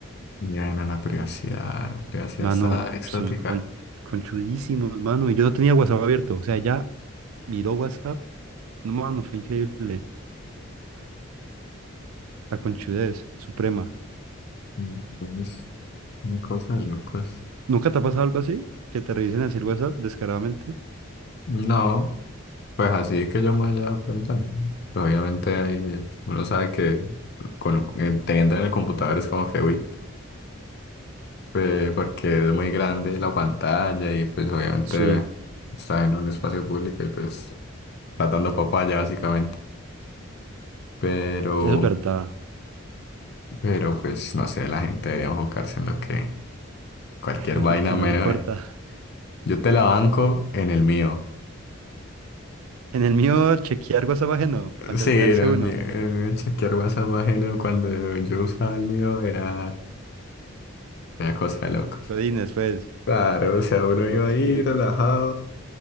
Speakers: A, on the left; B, on the right.
A: Y bueno, la privacidad, la privacidad
B: Mano,
A: está exótica.
B: sos con- conchudísimos, mano. Y yo no tenía WhatsApp abierto. O sea, ella miró WhatsApp. No, mano, fue increíble. La conchudez suprema.
A: Entonces, una cosa de locos.
B: ¿Nunca te ha pasado algo así? ¿Que te revisen así el WhatsApp descaradamente?
A: No, pues así que yo me haya dado cuenta, no. Obviamente hay, uno sabe que con, un- eh, teniendo en el computador es como que, uy, eh, porque es muy grande la pantalla y pues obviamente
B: Sí,
A: está en un espacio público y pues está dando papaya básicamente. Pero...
B: eso es verdad.
A: Pero pues no sé, la gente debería enfocarse en lo que cualquier
B: <laughs> en
A: vaina
B: Lo que no
A: menos.
B: le importa.
A: eh. Yo te la banco en el mío.
B: En el mío, chequear WhatsApp ajeno, para
A: Sí,
B: entretenerse
A: en el
B: uno.
A: mío. en el mío chequear WhatsApp ajeno cuando yo usaba el mío era, era cosa de locos.
B: Godines, pues.
A: Claro, o sea, uno iba
B: Ok.
A: ahí
B: Y-
A: relajado,